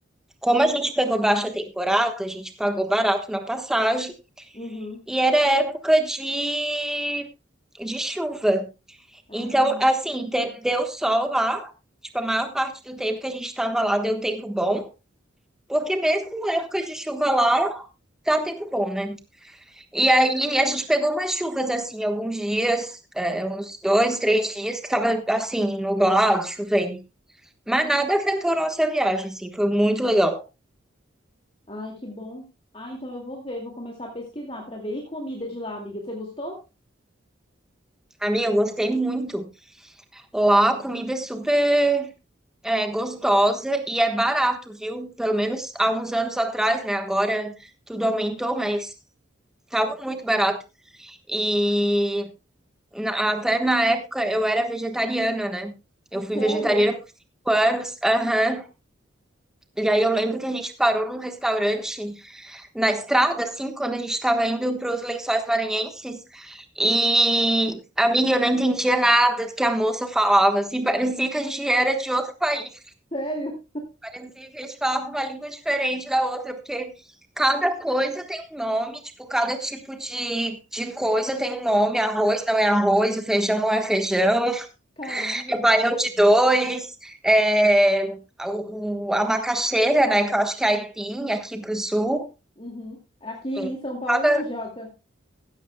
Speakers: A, in the centre; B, on the left.
A: Como a gente pegou baixa temporada, a gente pagou barato na passagem
B: Uhum.
A: e era época de, de chuva.
B: Ah,
A: Então, assim, te- deu sol lá, tipo, a maior parte do tempo que a gente estava lá deu tempo bom, porque mesmo na época de chuva lá, dá tempo bom, né? E aí a gente pegou umas chuvas, assim, alguns dias, é, uns dois, três dias, que tava, assim, nublado, chovendo. Mas nada afetou nossa viagem, assim, foi muito legal.
B: ai, que bom. Ah, então eu vou ver, vou começar a pesquisar para ver. E comida de lá, amiga, você gostou?
A: A minha eu gostei muito. Lá a comida é super é, gostosa e é barato, viu? Pelo menos há uns anos atrás, né? Agora tudo aumentou, mas estava muito barato. E na- até na época eu era vegetariana, né?
B: Ah,
A: Eu
B: Sério?
A: fui vegetariana por cinco anos. aham. E aí eu lembro que a gente parou num restaurante na estrada, assim, quando a gente estava indo para os Lençóis Maranhenses. E, amiga, eu não entendia nada do que a moça falava, assim, parecia que a gente era de outro país.
B: Sério?
A: Recife, a gente falava uma língua diferente da outra, porque cada coisa tem um nome, tipo, cada tipo de, de coisa tem um nome. Arroz não é arroz, o feijão não é feijão,
B: Caramba.
A: é baião de dois, é, a, o- a macaxeira, né, que eu acho que é aipim aqui pro sul.
B: Uhum. Aqui em
A: Enfim,
B: São Paulo
A: Cada,
B: é mandioca.